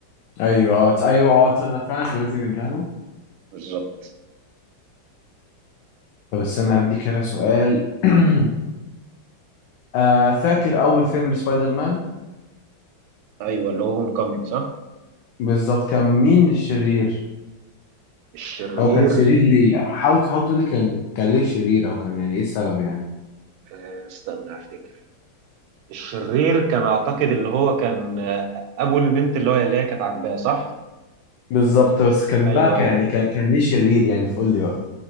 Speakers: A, on the left; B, on the right.
A: ايوه اه ت- ايوه اه تصدق فعلا كان لازم يديها له
B: بالظبط
A: طب استنى هديك هنا سؤال <clears throat> آه فاكر اول فيلم لسبايدر مان
B: ايوه اللي هو هوم كومينج صح؟
A: بالظبط كان مين الشرير
B: الشرير
A: او كان شرير ليه حاول حاول تقول لي كان كان ليه شرير او كان يعني ايه السبب يعني
B: آه، استنى افتكر الشرير كان اعتقد اللي هو كان آه، ابو البنت اللي هو اللي هي كانت عاجباه صح؟
A: بالظبط بس كان
B: ايوه
A: بقى كان
B: ايوه
A: يعني كان كان ليه شرير يعني قول لي بقى